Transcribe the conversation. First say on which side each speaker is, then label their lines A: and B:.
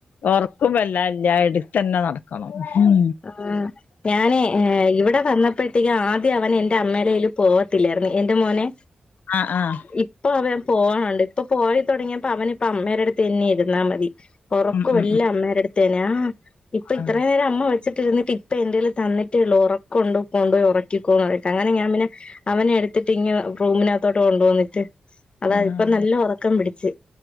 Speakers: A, on the left (about 80°); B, on the left (about 35°).
A: ഒറക്കും വല്ലാ ഇല്ല്യാ ഇട്ത്തെന്നെ നടക്കണം ഉം
B: ഉം ഞാന് ഇവടെ വന്നപ്പഴത്തേക്കും ആദ്യം അവനെന്റെ അമ്മേടേയില് പോവത്തില്ലായിര്ന്നു എന്റെ മോനേ
A: ആഹ് ആഹ്.
B: ഇപ്പൊ അവൻ പോവണൊണ്ട് ഇപ്പൊ പോയി തൊടങ്ങിയപ്പോ അവന് ഇപ്പ അമ്മേടെ അടുത്തെന്നെ ഇരുന്നാ മതി. ഒറക്കവെല്ലാം
A: ഉം ഉം ഉം
B: അമ്മേടടുത്തെന്നാ ആഹ് ഇപ്പൊ ഇത്രോം
A: ആഹ്
B: നേരം അമ്മ വച്ചിട്ടിരുന്നിട്ട് ഇപ്പ എൻ്റേൽ തന്നിട്ടേള്ളു ഒറക്കൊണ്ട് കൊണ്ട്പോയി ഒറക്കിക്കൊന്നറഞ്ഞിട്ട് അങ്ങനെ ഞാൻ പിന്നെ അവനെടുത്തിട്ട് ഇങ്ങ് റൂമിനാത്തോട്ട് കൊണ്ടോ ന്നിട്ട് അതാ
A: ആഹ്
B: ഇപ്പൊ നല്ല ഒറക്കം പിടിച്ച്.